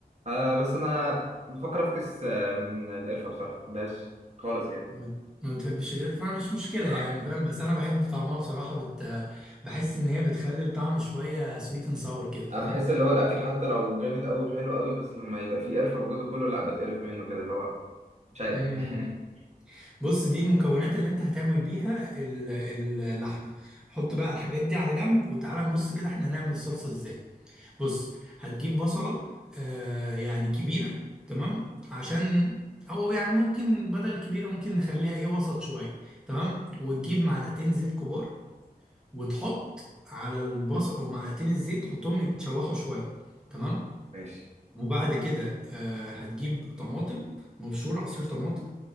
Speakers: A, on the right; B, in the centre.
A: آه بس انا بفكر افكس آه، من القرفه بصراحه ما بحبهاش خالص يعني
B: ما بت- ما بتحبش القرفة مش مشكلة
A: لا.
B: يعني فاهم بس انا بحب طعمها بصراحة بت... بحس ان هي بتخلي الطعم شوية سويت اند ساور كده فاهم
A: انا بحس اللي هو الاكل حتى لو جامد قوي وحلو قوي بس لما يبقى فيه قرفه وجوده كله لا بتقرف منه كده اللي هو مش عارف
B: امم
A: <laughs>
B: بص دي المكونات اللي انت هتعمل بيها ال- اللحمة حط بقى الحاجات دي على جنب وتعالى نبص كده احنا هنعمل الصلصة ازاي بص هتجيب بصلة آه يعني كبيرة تمام عشان او يعني ممكن بدل كبيرة ممكن نخليها ايه وسط شوية تمام وتجيب معلقتين زيت كبار وتحط على البصل او معلقتين الزيت تحطهم يتشوحوا شوية تمام
A: ماشي
B: وبعد كده آه هتجيب طماطم مبشور عصير طماطم